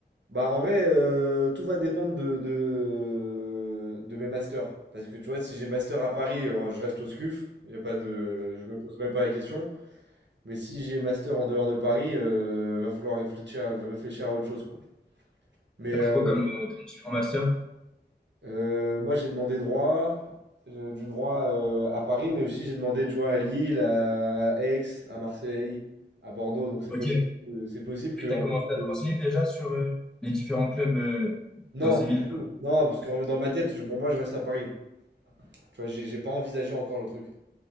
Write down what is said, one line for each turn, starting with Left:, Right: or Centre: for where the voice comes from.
Right: bah, en vrai, heu, tout va dépendre de de de mes masters. Parce que tu vois, si j'ai master à Paris, heu, je reste au SCUF, il y a pas de je me pose même pas la question. Mais si j'ai master en dehors de Paris, heu, va falloir réfléchir à réfléchir à autre chose, quoi. Mais
Centre: T'as pris
Right: heu
Centre: quoi comme, euh, comme différents masters?
Right: Euh, moi, j'ai demandé droit, euh, du droit euh, à Paris, mais aussi j'ai demandé, tu vois, à Lille, à, à Aix, à Marseille, à Bordeaux. Donc c'est
Centre: Ok.
Right: possible, que- c'est possible que
Centre: T'as
Right: en
Centre: commencé
Right: fait,
Centre: à
Right: je-
Centre: te renseigner déjà sur euh, les différents clubs euh,
Right: non,
Centre: dans ces
Right: pas
Centre: villes-là?
Right: du tout. Non, parce que dans ma tête, je- pour moi, je reste à Paris. Tu vois, j'ai j'ai pas envisagé encore le truc.